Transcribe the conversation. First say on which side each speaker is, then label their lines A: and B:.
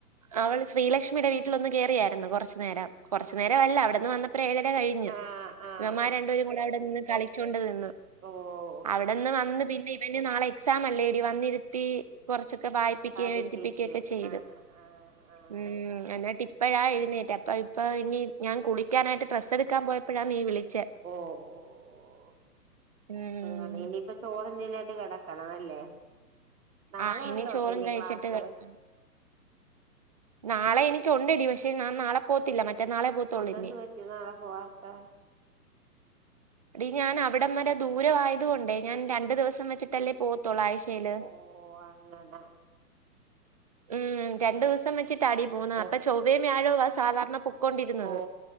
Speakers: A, on the right (about 25°); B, on the right (about 55°).
A: അവള് ശ്രീലക്ഷ്മീടെ വീട്ടിലൊന്ന് കേറിയാര്ന്നു കൊറച്ച് നേരം കൊറച്ചു നേരവല്ല അവിടന്ന് വന്ന് പ്പൊരേയര കഴിഞ്ഞ്
B: ആഹ് ആഹ്
A: ഇവന്മാർ രണ്ടുപേരും കൂടെ അവിടെ നിന്ന് കളിച്ചോണ്ട് നിന്ന്.
B: ഓഹ്
A: അവിടെന്ന് വന്ന് പിന്നിവന് നാളെ എക്സാമല്ലേടി വന്നിരുത്തി കൊറച്ചൊക്കെ വായി പ്പിക്ക്യേ
B: പഠിപ്പിച്ച്
A: എഴുതിപ്പിക്ക്യോക്കെ ചെയ്ത്.
B: ആഹ് ആഹ് ആഹ്
A: ഉം എന്നിട്ടിപ്പഴാ എഴ്ന്നേറ്റേ അപ്പ ഇപ്പ ഇനി ഞാൻ കുളിക്കാനായിട്ട് ഡ്രസ്സെടുക്കാൻ പോയ പ്പഴാ നീ വിളിച്ചേ.
B: ഓഹ് ഓഹ് ഓഹ്
A: ഉം
B: ആഹ് ഇനീപ്പ ചോറും തിന്നിട്ട് കെടക്കണവല്ലേ നാളെ
A: ആ ഇനി
B: ഉണ്ടോപ്പനി
A: ചോറും കഴിച്ചിട്ട്
B: ക്ലാസ്സ്?
A: കിടക്കണം നാളെ എനിക്കൊണ്ടെടി പക്ഷെ ഞാൻ നാളെ പോവത്തില്ല മറ്റന്നാളെ പോത്തുള്ളൂ
B: അതെന്തു
A: ഇനി
B: പറ്റി നാളെ പോവാത്തേ?
A: ടീ ഞാൻ അവിടം വരെ ദൂരവായതു കൊണ്ടേ ഞാൻ രണ്ട് ദിവസം വെച്ചിട്ടല്ലേ പോവത്തൊള്ള് ആഴ്ച് ചേല്
B: ഓ അങ്ങനെ
A: ഉം രണ്ടുവസം വെച്ച് ത്താടി പോക്ന്നത്
B: ഓ
A: അപ്പൊ ചൊവ്വേം വ്യാഴോ ആ സാധാരണ പൊക്കോണ്ടിര്ന്നത്.
B: ഓ